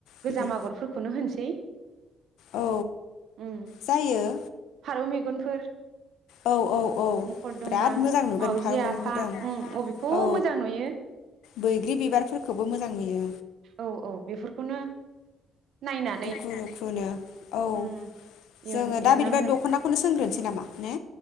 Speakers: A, on the right (about 70°); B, on the left (about 80°).
A: गोजाम
B: बिदि
A: आगरफोरखौनो होनसै।
B: औ
A: उम
B: जायो
A: फारौ मेगनफोर।
B: औ औ
A: मखरदमा
B: बिराद मोजां नुगोन
A: मावउजि
B: फारौ मेगनखौ
A: आफा
B: दों
A: उम अबेखौ
B: औ
A: मोजां नुयो।
B: बैग्रि बिबारफोरखौबो मोजां नुयो।
A: औ औ बेफोरखौनो। नायनानै
B: रुखु रुखुनो औ
A: उम इयुन
B: जोङो दा
A: एरनांगोन
B: बिदिबा दख'नाखौनो सोंग्रोनोसै नामा ने।